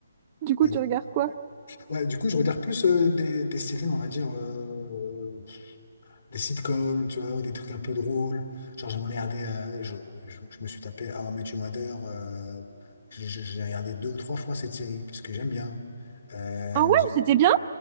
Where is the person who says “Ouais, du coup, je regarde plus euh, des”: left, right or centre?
Left